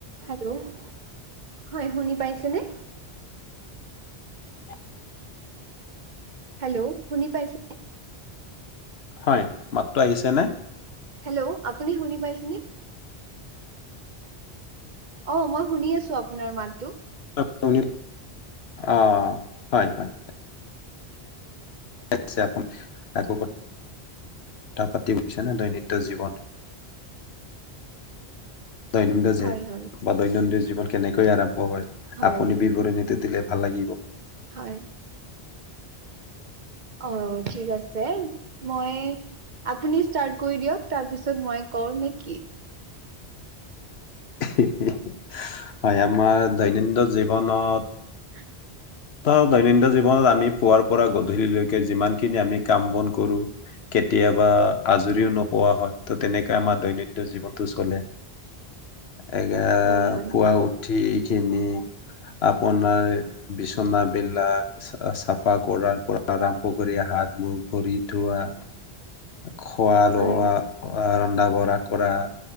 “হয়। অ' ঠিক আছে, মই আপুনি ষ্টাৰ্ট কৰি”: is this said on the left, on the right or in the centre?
Right